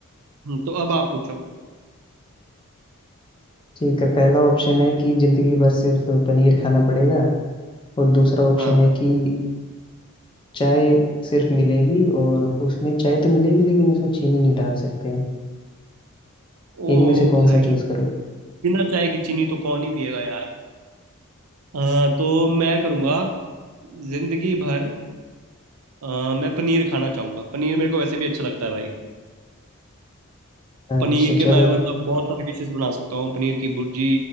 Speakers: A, on the right (about 80°); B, on the left (about 20°).
A: हम्म, तो अब आप पूछो
B: ठीक है पहला ऑप्शन है कि जिंदगी भर सिर्फ पनीर खाना पड़ेगा और दूसरा ऑप्शन
A: हाँ
B: है कि चाय सिर्फ मिलेगी और उसमें चाय तो मिलेगी लेकिन उसमें चीनी नहीं डाल सकते हैं
A: ओ
B: इनमें से कौन
A: भाई
B: सा चूज करोगे
A: बिना चाय की चीनी तो कौन ही पिएगा यार अ, तो मैं करूँगा जिंदगी भर अ, मैं पनीर खाना चाहूँगा पनीर मेरे को वैसे भी अच्छा लगता है भाई
B: अच्छा
A: पनीर
B: चलो
A: के मैं मतलब बहुत सारी डिशेस बना सकता हूँ पनीर की भुर्जी